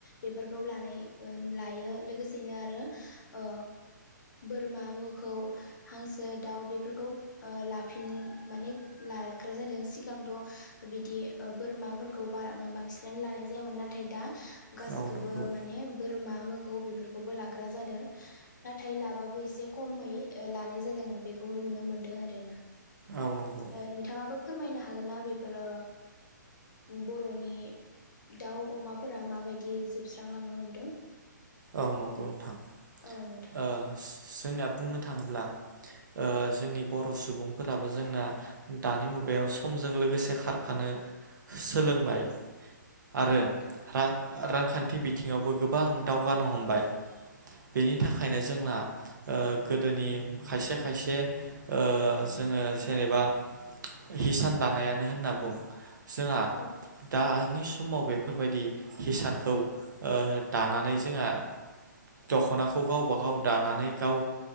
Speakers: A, on the left (about 75°); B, on the right (about 70°).
A: बेफोरखौ लानाय ओ लायो लोगोसेनो आरो ओ बोरमा मोखौ हांसो दाउ बेफोरखौ ओ लाफिन माने लाग्रा जादों सिगांथ' बिदि बोरमाफोरखौ बार बांसिनानो लानाय जायामोन नाथाय दा गासिखौबो
B: औ नंगौ
A: माने बोरमा मोखौ बेफोरखौबो लाग ग्रा जादों नाथाय लाबाबो एसे खमै ओ ला नाय जादों बेखौ नुनो मोन्दों आरोना
B: औ नंगौ
A: ओ नोंथाङाबो फोरमायनो हागोन नना बेफोरो बर'नि दाउ अमाफोरा माबायदि जोबस्रांलांनो हमदों।
B: औ नंगौ नोंथां
A: औ नोंथां
B: ओ जोंनिया बुंनो थाङोब्ला ओ जोंनि बर' सुबुंफोराबो जोंना दानि मुगायाव समजों लोगोसे खारफानो सोलोंबाय आरो
A: औ नोंथां
B: रां रांखान थि बिथिङावबो गोबां दावगानो हमबाय बेनि थाखायनो जोंना गोदोनि खायसे खायसे ओ जोङो जेनेबा हिसान दानायानो होनना बुं जोंहा
A: औ
B: दानि समाव बेफोरबायदि हिसानखौ ओ दानानै जोंहा दख'नाखौ गावबा गाव दानानै गाव